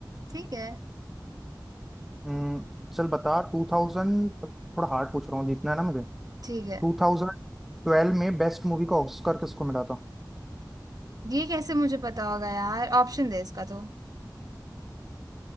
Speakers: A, on the right; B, in the centre.
A: ठीक है
B: हम्म, चल बता टू थाउजेंड थोड़ा हार्ड पूछ रहा हूँ जीतना है ना मुझे
A: ठीक है
B: टू थाउजेंड ट्वेल्व में बेस्ट मूवी का ऑस्कर किसको मिला था
A: ये कैसे मुझे पता होगा यार ऑप्शन दे इसका तो